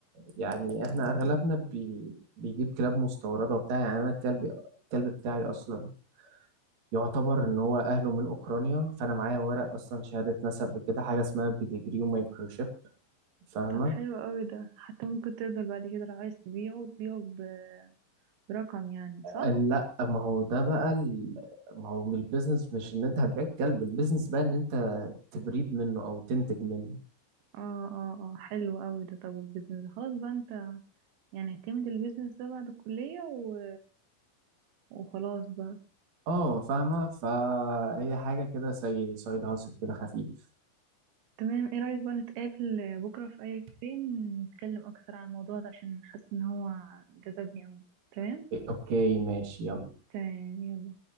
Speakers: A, on the right; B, on the right.
A: يعني احنا اغلبنا بي بيجيب كلاب مستورده وبتاع يعني انا الكلب الكلب بتاعي اصلا يعتبر ان هو اهله من اوكرانيا فانا معايا ورق اصلا شهاده نسب لكده حاجه اسمها بيديجري ومايكروشيب فاهمه
B: طب حلو قوي ده حتى ممكن تقدر بعد كده لو عايز تبيعه تبيعه ب- برقم يعني
A: قال
B: صح
A: لا ما هو ده بقى ال... ما هو من البيزنس مش ان انت هتبيع الكلب البيزنس بقى ان انت تبريد منه او تنتج منه
B: اه اه اه حلو قوي ده طب البيزنس خلاص بقى انت يعني اعتمد البيزنس ده بعد الكلية و... وخلاص بقى
A: اه فاهمة فهي حاجة كده زي سايد هاسل كده خفيف
B: تمام ايه رأيك بقى نتقابل بكرة في اي كافيه نتكلم اكثر عن الموضوع ده عشان حاسة ان هو جذبني قوي تمام
A: إيه، اوكي ماشي يلا
B: تمام يلا